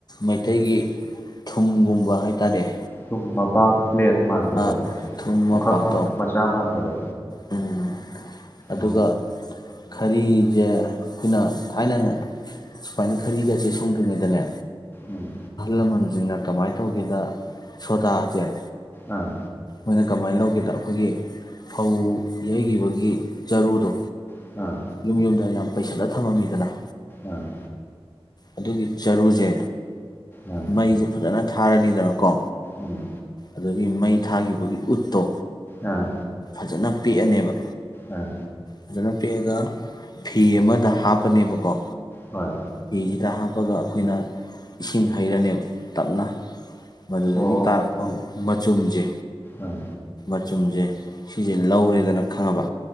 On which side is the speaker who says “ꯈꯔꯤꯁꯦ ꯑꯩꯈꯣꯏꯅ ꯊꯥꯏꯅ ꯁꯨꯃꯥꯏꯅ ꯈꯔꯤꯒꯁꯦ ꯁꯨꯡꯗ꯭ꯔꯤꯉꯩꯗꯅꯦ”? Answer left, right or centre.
Left